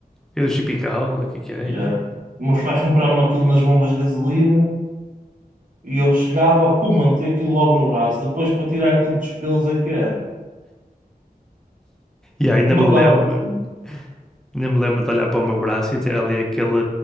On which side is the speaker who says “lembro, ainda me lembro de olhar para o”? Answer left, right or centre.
Centre